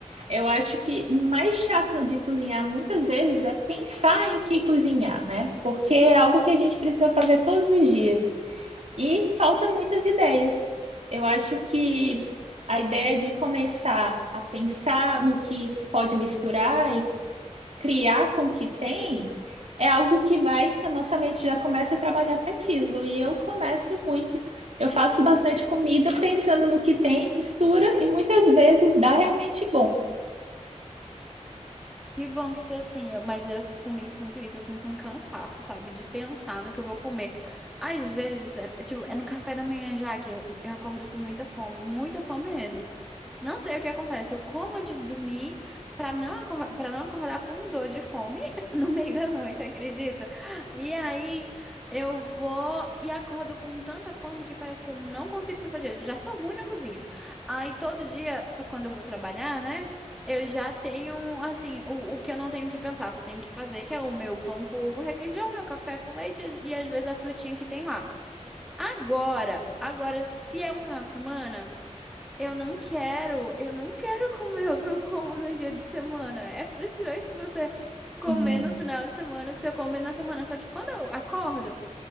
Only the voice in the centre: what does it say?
Que bom que você, assim, eu- mas eu também sinto isso. Eu sinto um cansaço, sabe, de pensar no que eu vou comer. Às vezes, é, é tipo, é no café da manhã já que eu, eu acordo com muita fome, muita fome mesmo. Não sei o que acontece. Eu como antes de dormir para não para não acordar com dor de fome <laughs> no meio da noite, acredita? E aí eu vou e acordo com tanta fome que parece que eu não consigo pensar direito. Eu já sou ruim na cozinha. Aí todo dia, pra quando eu vou trabalhar, né, eu já tenho assim, o, o que eu não tenho que pensar, só tenho que fazer, que é o meu pão com ovo, requeijão, meu café com leite e às vezes a frutinha que tem lá. Agora, agora, se é um final de semana. Eu não quero, eu não quero comer o que eu como no dia de semana. É frustrante você comer
no final de semana o que você come na semana. Só que quando eu acordo,